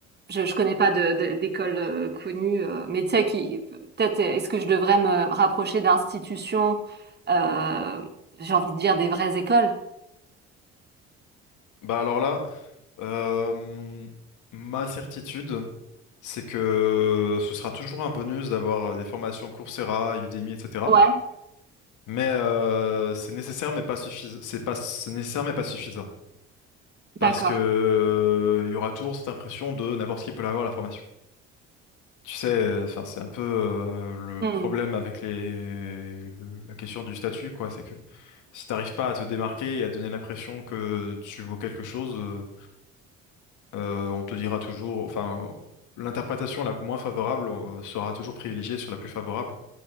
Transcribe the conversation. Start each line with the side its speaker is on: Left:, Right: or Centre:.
Right: je, je connais pas de, de- d'école euh, connue, euh, mais tu sais qui peut-être est-ce que je devrais me rapprocher d'institutions, euh, j'ai envie de dire des vraies écoles?
Left: Bah alors là, euh, ma certitude, c'est que ce sera toujours un bonus d'avoir euh, des formations Coursera, Udemy, etc.
Right: Ouais,
Left: Mais euh, c'est nécessaire, mais pas suffisant. C'est pas, c'est nécessaire, mais pas suffisant. Parce
Right: d'accord.
Left: que euh, il y aura toujours cette impression de n'importe qui peut l'avoir la formation. Tu sais, euh, enfin, c'est un peu euh, le
Right: Mhm.
Left: problème avec les le- la question du statut, quoi. C'est que si t'arrives pas à te démarquer et à donner l'impression que tu vaux quelque chose, euh, euh, on te dira toujours, enfin, l'interprétation la moins favorable euh, sera toujours privilégiée sur la plus favorable.